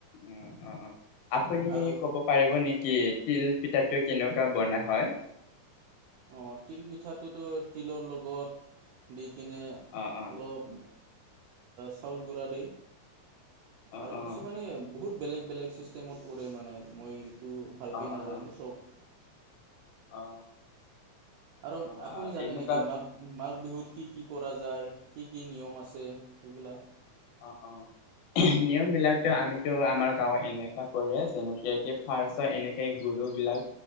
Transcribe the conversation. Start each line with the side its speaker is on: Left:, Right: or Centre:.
Left: অ অ অ আপুনি
Right: আৰু
Left: কব পাৰিব নেকি কি তিল পিঠাটো কেনেকুৱা বনা হয়?
Right: অ তিল পিঠাটোতো তিলৰ লগত দি <unintelligible> কেনে
Left: অ', অ',
Right: অলপ চাউল গুড়া দি
Left: অ',
Right: আৰু
Left: অ',
Right: কিছুমানে বহুত বেলেগ বেলেগ চিষ্টেমত কৰে মানে মই তো ভালকৈ
Left: অ', অ',
Right: নাজানো চব
Left: অ
Right: আৰু
Left: অ',
Right: আপুনি জানে
Left: এনেকুৱা
Right: নেকি মাঘ মা বিহুত কি কি কৰা যায় কি কি নিয়ম আছে সেইবিলাক?
Left: অ অ নিয়ম বিলাকতো আমিতো আমাৰ গাঁওত এনেকুৱা কৰে যেনেকে ফাৰ্চ এনেকে গুৰে বিলাক